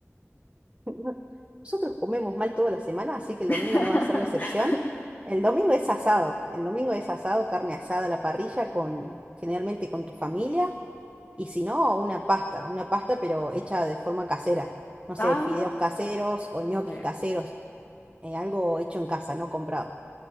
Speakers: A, on the right; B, on the left.
A: <laughs> No- Nosotros comemos mal toda la semana, así que el
B: <laughs>
A: domingo no va a ser la excepción. El domingo es asado. El domingo es asado, carne asada a la parrilla con generalmente con tu familia y si no, una pasta, una pasta pero hecha de forma casera. No sé,
B: Ah,
A: fideos caseros o ñoquis
B: ya, ya.
A: caseros, eh, algo hecho en casa, no comprado.